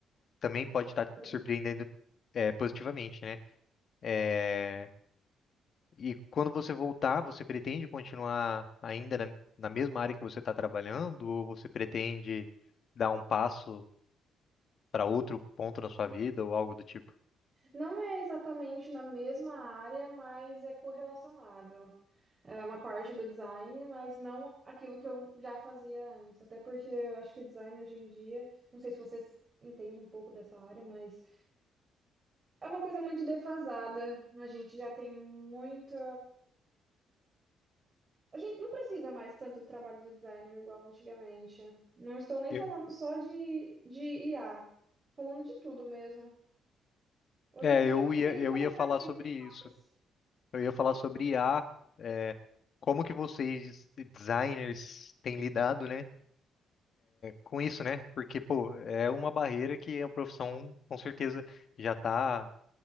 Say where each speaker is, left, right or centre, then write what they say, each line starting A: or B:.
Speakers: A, on the left; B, on the right.
A: também
B: Com
A: pode
B: certeza.
A: estar te surpreendendo, é, positivamente, né? É, e quando você voltar, você pretende continuar ainda na, na mesma área que você está trabalhando, ou você pretende dar um passo para outro ponto na sua vida, ou algo do tipo?
B: Não é exatamente na mesma área, mas é correlacionado. É uma parte do design, mas não aquilo que eu já fazia antes. Até porque eu acho que o design hoje em dia, não sei se você s- entende um pouco dessa área, mas é uma coisa muito defasada. A gente já tem muita. A gente não precisa mais tanto do trabalho do designer igual antigamente. Não estou nem
A: Eu-
B: falando só de, de IA, falando de tudo mesmo. Hoje
A: é,
B: em dia
A: eu ia,
B: tem muito
A: eu
B: aplicativo
A: ia falar sobre
B: que
A: isso.
B: faz.
A: Eu ia falar sobre I a é, como que vocês, designers, têm lidado, né, com isso, né? Porque, pô, é uma barreira que a profissão, com certeza, já está